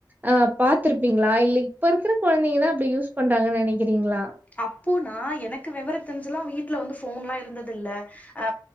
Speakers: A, on the right; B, on the left.
A: அ பாத்திருப்பீங்களா இல்ல இப்ப இருக்குற கொழந்தைங்க தா அப்டியூஸ் கொண்டாங்கனு நெனைக்கிறீங்ளா
B: அப்பு நா எனக்கு வெவரோ தெரிஞ்சலா வீட்ல வந்து ஃபோன்லா இருந்தது இல்ல அ